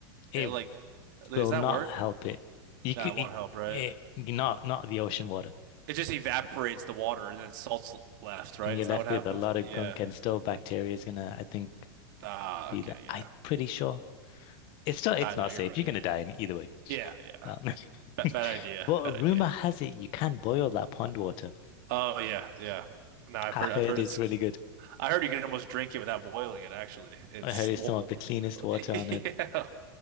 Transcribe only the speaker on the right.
Eh, Like, does
that
work?
That
won't
help, right?
It just evaporates the water and then salt's left, right?
Isn't
that what happens?
Yeah.
Ah,
okay,
yeah.
Nah,
no, you're
right.
Yeah, yeah.
Ba
bad idea.
Bad
idea.
Oh yeah, yeah. No, I've
heard.
I've heard
it's.
I heard you can almost drink it without boiling it. Actually, it's.
Well,
<laughs>
yeah,